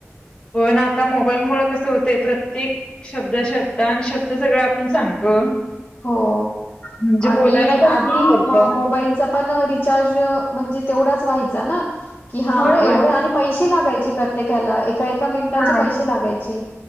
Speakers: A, on the left; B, on the left.
A: पण आता मोबाईल मुळे कस होत प्रत्येक शब्द शब् तर सगळं आपण सांगतो.
B: हो
A: म्हणजे
B: आणि
A: बोलायला भरपूर
B: आधी
A: पडतं
B: मं मोबाईलचा पण रिचार्ज म्हणजे तेवढाच व्हायचा ना त कि हा
A: होय होय
B: एवढे आणि पैश लागायची प्रत्येक त्याला एका एका मिनटाचे
A: हा
B: पैसे लागायचे